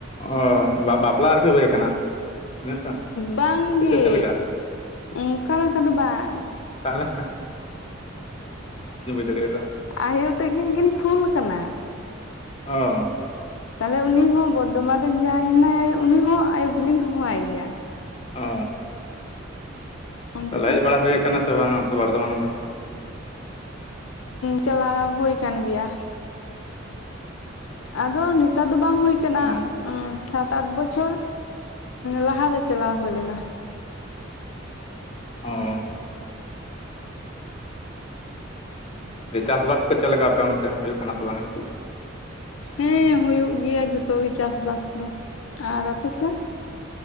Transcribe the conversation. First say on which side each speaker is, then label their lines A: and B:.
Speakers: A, on the left; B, on the left.
A: ᱚ ᱵᱟ-ᱵᱟᱯᱞᱟ ᱟᱨᱠᱤ ᱦᱩᱭᱩ ᱟᱠᱟᱱᱟ᱾ ᱤᱱᱟᱹ ᱛᱚ
B: ᱵᱟᱝ
A: ᱥᱮ
B: ᱜᱮ
A: ᱪᱮᱫ ᱞᱮᱠᱟ
B: ᱚᱱᱠᱟ ᱞᱮᱠᱟ ᱫᱚ ᱵᱟᱝ᱾
A: ᱛᱟᱞᱦᱮ? ᱫᱟᱲᱮᱭᱟᱫᱟ
B: ᱟᱭᱳ ᱛᱟᱠᱤᱱ ᱠᱤᱱ ᱯᱷᱩᱞ ᱟᱠᱟᱱᱟ᱾
A: ᱚᱻ᱾
B: ᱛᱟᱞᱦᱮ ᱩᱱᱤ ᱦᱚᱸ ᱵᱚᱨᱫᱷᱚᱢᱟᱱ ᱨᱮᱱ ᱡᱟᱦᱟᱸᱭ ᱦᱮᱱᱟᱭᱟ ᱩᱱᱤ ᱦᱚᱸ ᱟᱭᱳ ᱜᱮᱞᱤᱧ ᱦᱚᱦᱚᱟᱭ ᱜᱮᱭᱟ᱾
A: ᱚ᱾
B: ᱚᱱᱛᱮ
A: ᱛᱟᱞᱦᱮ
B: ᱫᱚ
A: ᱦᱮᱡ ᱵᱟᱲᱟ ᱦᱩᱭᱟᱠᱟᱱᱟ ᱥᱮ ᱵᱟᱝ ᱟᱫᱚ ᱵᱚᱨᱫᱷᱚᱢᱟᱱ ᱫᱚ?
B: ᱪᱟᱞᱟᱣ ᱦᱳᱭ ᱠᱟᱱ ᱜᱮᱭᱟ᱾ ᱟᱫᱚ ᱱᱮᱛᱟᱨ ᱫᱚ ᱵᱟᱝ ᱦᱩᱭ ᱠᱟᱱᱟ᱾
A: ᱚ
B: ᱥᱟᱛ ᱟᱴ ᱵᱚᱪᱷᱚᱨ ᱞᱟᱦᱟ ᱨᱮ ᱪᱟᱞᱟᱣ ᱦᱩᱭᱞᱱᱟ᱾
A: ᱚᱻ ᱦᱮᱸ ᱫᱤᱭᱮ ᱪᱟᱥ ᱵᱟᱥ ᱠᱚ ᱪᱮᱫ ᱞᱮᱠᱟ ᱟᱯᱮ ᱚᱱᱛᱮ ᱦᱩᱭᱩᱜ ᱠᱟᱱᱟ ᱥᱮ ᱵᱟᱝᱟ?
B: ᱦᱮᱸ ᱦᱳᱭᱳᱜ ᱜᱮᱭᱟ ᱡᱷᱚᱛᱚ ᱜᱮ ᱪᱟᱥ ᱵᱟᱥ ᱫᱚ ᱟᱨ ᱟᱯᱮᱥᱮᱫ ᱫᱚ?